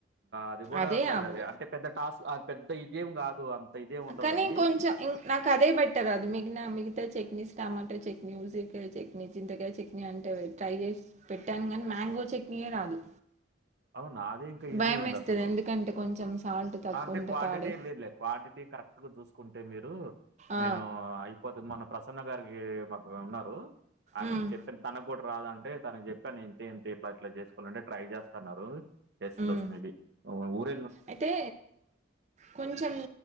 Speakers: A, on the right (about 65°); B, on the right (about 40°).
A: అది కూడా
B: అదే అబ్బో
A: అది అంటే పెద్ద టాస్క్ అది పెద్ద గేమ్ కాదు అంత ఇదేం ఉండదది.
B: కానీంక కొంచెం నాకు అదే బట్టర్ అది మిగితా మిగతా చట్నీస్ టమాటో చట్నీ ఉసిరీకాయ చట్నీ చింతకాయ చట్నీ అంటే ట్రై చేసి పెట్టాను కానీ మ్యాంగో చట్నీ రాదు
A: అవునా అదే ఇంకా ఈసీ
B: భయం
A: ఉంది
B: వేస్తది
A: అసలు
B: ఎందుకంటే కొంచెం సాల్ట్ తక్కువ
A: అంటే
B: ఉంటే
A: క్వాంటిటీ
B: పాడే
A: లేదులే క్వాంటిటీ కరెక్ట్ గా చూసుకుంటే మీరు
B: ఆ
A: నేను అయిపోతు మొన్న ప్రసన్న గారికి మా ఉన్నారు ఆమెకు
B: ఉమ్
A: చెప్పాను తనకు కూడా రాదంటే తను చెప్పి అని ఇంతేంటి ఇట్లా ఇట్లా చేసుకోవాలంటే ట్రై చేస్తున్నారు కేస
B: ఉమ్
A: దోస్ మేబి ఊర
B: అయితే కొంచెం